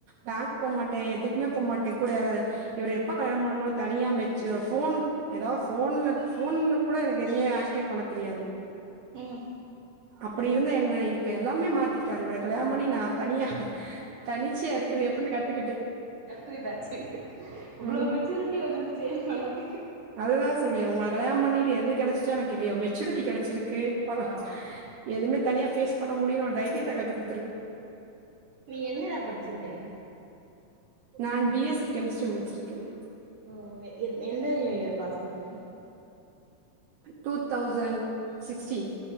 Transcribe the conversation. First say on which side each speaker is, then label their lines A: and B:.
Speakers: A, on the right; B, on the right.
A: பேங்க் போமாட்டே எதுக்குமே போமாட்டே கூட யாராவ்து இவர் எப்ப கல்யாண பண்ணனொ தனியா மெச் ஃபோன் எதா‌ ஃபோன்ன ஃபோன்ன கூட எனக்கு எதுவுமே ஆக்டிவ் பண்ண தெரியாது
B: ம்
A: அப்டி இருந்த என்ன இப்ப எல்லாமே மாத்திட்டாரு இவர கல்யாணம் பண்ணி நா தனியா தனிச்சியா இருக்கிறது எப்படின்னு கத்துக்கிட்டே
B: கத்துக்கிட்டாச்சு இவ்ளோ
A: ம்
B: மெச்சூரிட்டி வந்துருச்சு நமக்கு
A: அதுதா சொல்லுவே உங்கள கல்யாணம் பண்ணிட்டு எது கெடச்சுச்சோ எனக் இல்லயோ மெச்சூரிட் டி கெடச்சிருக் கு பா
B: ஆமா
A: எதுமே தனியா ஃபேஸ் பண்ண முடியுனு ஒரு தைரியத்த கத்துக்குடு
B: நீ என்னடா படிச்சுருக்க
A: நான் பி எஸ் சி கெமிஸ்ட்ரி முடிச்சுருக்கேன்
B: ஓ எந்த இயர் பாஸ் அவுட் நீங்க
A: டூ தௌசண்ட் சிக்ஸ்டீ